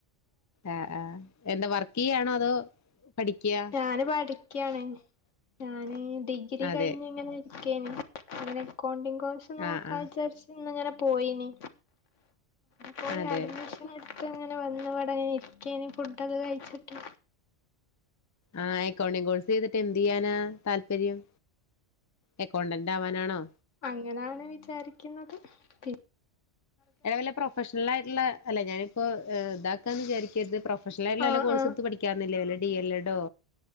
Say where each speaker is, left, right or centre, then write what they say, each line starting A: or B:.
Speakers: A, on the left; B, on the left.
A: ആഹ് ആഹ് എന്ത വർക്കെയ്യാണോ അതോ പഠിക്കാ
B: ഞാന് പഠിക്ക്യാണ് ഞാന് ഡിഗ്രി
A: അതെ
B: കയിഞ്ഞ്ങ്ങനെ നിക്കേണ് അങ്ങനെ അക്കൗണ്ടിംഗ് കോഴ്സ് നോക്കാ
A: ആഹ് ആഹ്
B: വിചാരിച്ച് ഇന്നിങ്ങനെ പോയിനി പോയി
A: അതെ
B: അഡ്മിഷ ന്ട്ത്ത് ഇങ്ങനെ വന്നിവടങ്ങനെ ഇരിക്കേണ് ഫുഡ് ഒക്കെ കയിച്ചിട്ട്
A: ആഹ് അക്കൗണ്ടിങ്ങ് കോഴ്സെയ്തിട്ട് എന്ത്യ്യാനാ താല്പര്യം അക്കൗണ്ടന്റ് ആവാനാണോ
B: അങ്ങനാണ് വിചാരിക്കുന്നത് പി
A: അല്ലെ വല്ല പ്രൊഫഷണലായിട്ടിള്ള അല്ല ഞാനിപ്പോ ഇതാക്കാന്ന് വിചാരിക്കരുത് പ്രൊ ഫഷണലായിട്ടിള്ള
B: ആഹ്
A: വെല്ല കോഴ്സ്ട്ത്ത്
B: ആഹ്
A: പഠി ക്കാർന്നില്ലേ വല്ല ഡി എൽ എഡോ